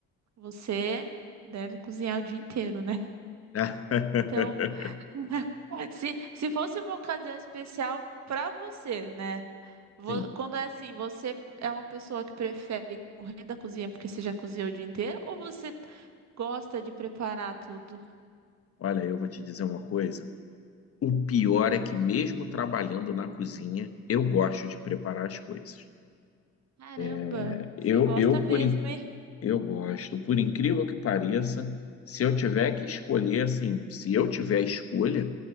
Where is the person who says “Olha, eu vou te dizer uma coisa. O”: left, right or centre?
Left